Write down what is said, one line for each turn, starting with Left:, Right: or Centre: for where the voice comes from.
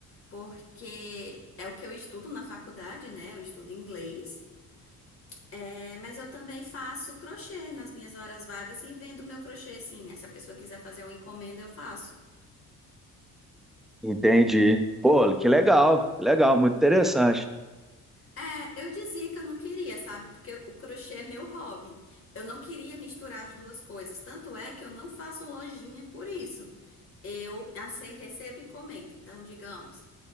Left: porque é o que eu estudo na faculdade, né? Eu estudo inglês. É, mas eu também faço crochê nas minhas horas vagas e vendo meu crochê, sim. Se a pessoa quiser fazer uma encomenda, eu faço.
Centre: Entendi. Pô, que legal, que legal, muito interessante.
Left: É, eu dizia que eu não queria, sabe? Porque o crochê é meu hobby. Eu não queria misturar as duas coisas. Tanto é que eu não faço lojinha por isso. Eu ace- recebo encomenda. Então, digamos,